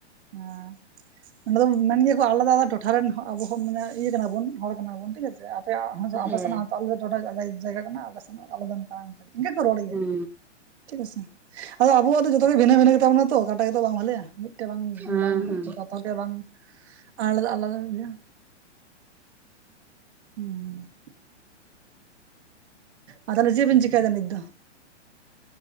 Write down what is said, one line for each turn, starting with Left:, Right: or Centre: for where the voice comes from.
Right: ᱸ ᱟᱸ᱾ ᱱᱚᱸᱰᱮ ᱫᱚᱱ ᱢᱮᱱ ᱜᱮᱭᱟ ᱠᱚ ᱟᱞᱮᱫᱟ ᱟᱞᱮᱫᱟ ᱴᱚᱴᱷᱟ ᱨᱮᱱ ᱦᱚᱸ ᱟᱵᱚ ᱦᱚᱸ ᱢᱟᱱᱮ ᱤᱭᱟᱹ ᱠᱟᱱᱟ ᱵᱚᱱ ᱦᱚᱲ ᱠᱟᱱᱟ ᱵᱚᱱ ᱴᱷᱤᱠ ᱟᱪᱷᱮ ᱟᱨᱼᱼ ᱟᱯᱮᱭᱟᱜ‌ ᱦᱚᱸ ᱡᱮ‌ ᱟᱯᱮ
Centre: ᱦᱮᱸ
Right: ᱥᱮᱱᱟᱜ ‌ᱦᱚᱸᱛᱚ ᱟᱞᱮ ᱴᱚᱴᱷᱟ ᱡᱟᱭᱜᱟ ᱡᱟᱭᱜᱟ ᱠᱟᱱᱟ ᱟᱞᱮ ᱥᱮᱱᱟᱜ ᱟᱞᱮᱫᱟ ᱱᱚᱠᱟ ᱚᱱᱠᱟ ᱜᱮ ᱤᱱᱠᱟᱹ ᱠᱚ ᱨᱚᱲ ᱜᱮᱭᱟ᱾
Centre: ᱦᱩᱸ
Right: ᱴᱷᱤᱠ ᱟᱪᱷᱮ ᱟᱫᱚ ᱟᱵᱚᱣᱟᱜ ᱡᱚᱛᱚ ᱜᱮ ᱵᱷᱤᱱᱟᱹ ᱵᱷᱤᱱᱟᱹ ᱜᱮᱛᱟ ᱵᱚᱱᱟ ᱛᱚ ᱠᱟᱴᱟᱜ ᱜᱮᱛᱚ ᱵᱟᱝ ᱵᱷᱟᱞᱮᱭᱟ, ᱢᱤᱫᱼᱼ ᱴᱮᱜ ᱵᱟᱝ
Centre: ᱦᱮᱸ
Right: ᱵᱟᱝ
Centre: ᱦᱮᱸ
Right: ᱵᱟ ᱛᱟᱦᱚᱞᱮ‌ ᱵᱟᱝ ᱟᱞᱮᱫᱟ ᱟᱞᱟᱫᱟ ᱜᱮᱭᱟ᱾ ᱦᱩᱸ᱾ ᱟᱨ ᱛᱟᱦᱞᱮ‌ ᱡᱮᱜ ᱵᱤᱱ ᱪᱤᱠᱟᱭ ᱫᱟ ᱱᱤᱛ ᱫᱚ?